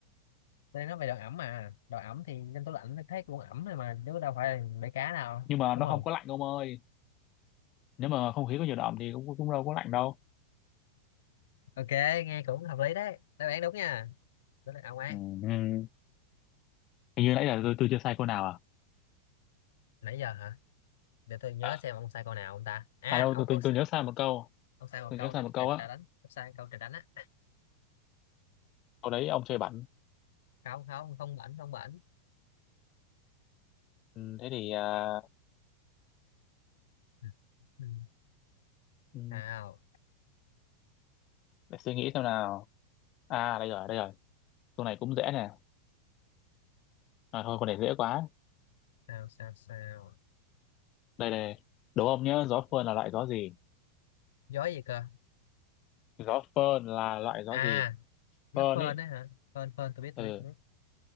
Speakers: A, on the left (about 55°); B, on the left (about 35°).
A: tôi nói về độ ẩm mà độ ẩm thì trong tủ lạnh nó thấy cũng ẩm thôi mà chứ đâu phải là bể cá đâu
B: nhưng mà
A: đúng
B: nó
A: không
B: không có lạnh ông ơi nếu mà không khí có nhiều đậm thì cũng cũng đâu có lạnh đâu
A: ok nghe cũng hợp lý đấy đáp án đúng nha đó là ông ấy
B: ừ. ừ. hình như nãy giờ tôi tôi chưa sai câu nào à
A: nãy giờ hả để tôi nhớ
B: à
A: xem ông sai câu nào ông ta à
B: À đâu
A: ông
B: tôi,
A: có
B: tôi tôi nhớ sai một câu
A: ông sai một
B: tôi
A: câu
B: nhớ sai
A: trà,
B: một câu
A: trà,
B: á
A: trà đánh ông sai câu trà đánh á
B: câu đấy ông chơi bẩn
A: không không không bảnh không bảnh
B: ừ, thế thì à,
A: Ừ. Ừ.
B: ừ,
A: sao
B: để suy nghĩ xem nào à đây rồi đây rồi câu này cũng dễ nè à, thôi câu này dễ quá
A: sao sao sao
B: đây đây đố ông nhớ gió phơn là loại gió gì
A: gió gì cơ
B: gió phơn là loại gió
A: à
B: gì
A: gió
B: phơn
A: phơn
B: ấy
A: đấy hả phơn phơn tôi biết
B: ừ.
A: tôi biết tôi biết